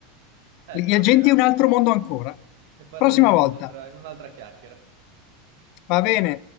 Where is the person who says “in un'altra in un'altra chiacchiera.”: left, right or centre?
Right